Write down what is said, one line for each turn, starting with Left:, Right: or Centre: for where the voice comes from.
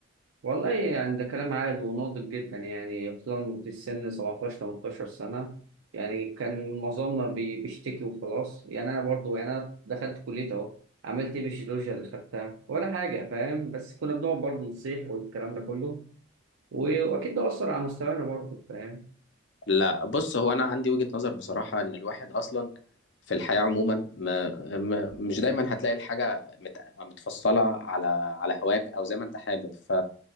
Right: والله يعني ده كلام عاقل وناضج جدا يعني خصوصا في السن 17 18 سنة يعني كان معظمنا بي- بيشتكي وخلاص يعني أنا برضو يعني أنا دخلت كلية أهو عملت إيه بالجيولوجيا اللي خدتها ولا حاجة فاهم بس كنا بنقعد برضو نصيح والكلام ده كله وأكيد ده أثر على مستوانا برضو فاهم
Left: لا بص هو انا عندي وجهة نظر بصراحة ان الواحد اصلا في الحياة عموما ما ما- مش دايما هتلاقي الحاجة مت- متفصلة على على هواك او زي ما انت حابب ف